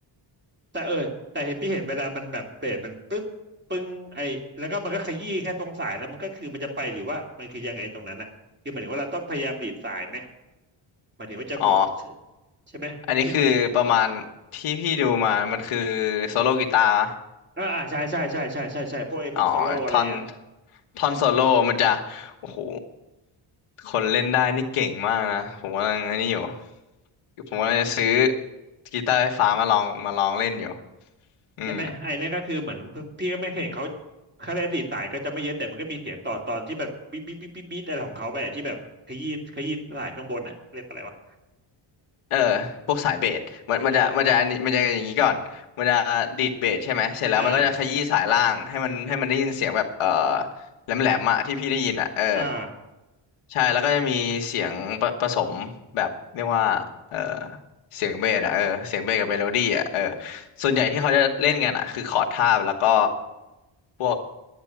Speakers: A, on the right; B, on the left.
A: แต่เออแต่เห็นพี่เห็นเวลามันแบบเบรดมันปึ๊บปึ้งไอแล้วก็มันก็ขยี้แค่ตรงสายแล้วมันก็คือมันจะไปหรือว่ามันคือยังไงตรงนั้นอะคือหมายถึงว่าเราต้องพยายามดีดสายไหมหมายถึงว่าจะบอก
B: อ๋อ
A: ใช่ไหมพี่เขา
B: อันนี้คือประมาณที่พี่ดูมามันคือโซโลกีตาร์
A: อ่าอ่าใช่ใช่ใช่ใช่ใช่ใช่พวกไอพวกสโลอะไรเงี้ย
B: อ๋อท่อนท่อนโซโล่มันจะ โอ้โห คนเล่นได้นี่เก่งมากนะ ผมกำลังอันนี้อยู่ ผมกำลังจะซื้อกีตาร์ไฟฟ้ามาลองมาลองเล่นอยู่อืม
A: ใช่ไหมไอเนี่นก็คือเหมือนพี่ก็ไม่เคยเห็นเขาเขาได้ดีดสายก็จะไม่เยอะแต่มันก็มีเสียงต่อตอนที่แบบบีบบีบบีบบีบอะไรของเขาไปอะที่แบบขยี้ขยี้สายข้างบนอะเรียกว่าอะไรวะ
B: เออพวกสายเบสมันมันจะมันจะอันนี้มันจะอย่างนี้ก่อนมันจะดีดเบสใช่ไหมเสร็จแล้วมันก็จะขยี้สายล่างให้มันให้มันได้ยินเสียงแบบเออ
A: เอออ่า
B: แหลมแหลมอะที่พี่ได้ยินอะเออ
A: อ่า
B: ใช่แล้วก็จะมีเสียงผผสมแบบเรียกว่าเออเสียงเบสอะเออเสียงเบสกับเมโลดี้อะเออส่วนใหญ่ที่เขาจะเล่นกันอะคือคอร์ดทาบแล้วก็ พวก